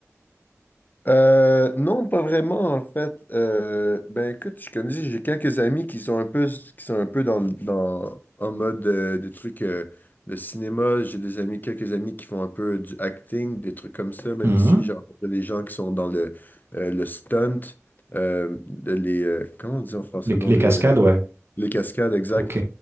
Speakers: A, on the left; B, on the right.
A: Euh, non, pas vraiment en fait. Euh, ben écoute, je connais, j'ai quelques amis qui sont un peu, qui sont un peu dans, dans en mode euh, des trucs euh, de cinéma. J'ai des amis, quelques amis qui font un peu du acting, des trucs comme ça. Même
B: Mhm.
A: ici, j'ai rencontré des gens qui sont dans le euh, le stunt, euh, de les euh, comment on dit en français,
B: Les,
A: dans
B: les
A: les
B: cascades,
A: euh,
B: ouais.
A: les cascades, exact.
B: Ok,